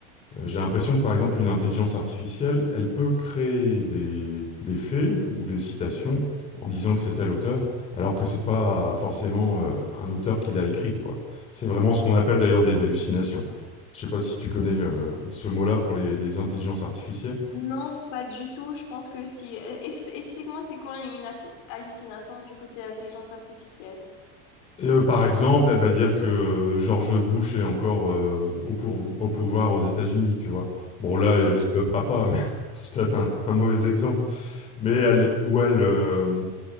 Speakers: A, on the left (about 20°); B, on the left (about 50°).
A: euh, j'ai l'impression que par exemple une intelligence artificielle, elle peut créer des, des faits ou des citations en disant que c'est tel auteur, alors que c'est pas forcément euh, un auteur qui l'a écrite, quoi. C'est vraiment ce qu'on appelle d'ailleurs des hallucinations. Je sais pas si tu connais euh, ce mot-là pour les, les intelligences artificielles.
B: Non, pas du tout. Je pense que si. Ex- Explique-moi, c'est quoi une as- hallucination du côté intelligence artificielle?
A: Heu, par exemple, elle va dire que euh, George Bush est encore, heu, au pour au pouvoir aux États-Unis, tu vois? Bon là, elle
B: Ok.
A: ne le fera pas, mais <laughs> je donne un un mauvais exemple, mais elle ou elle, hem,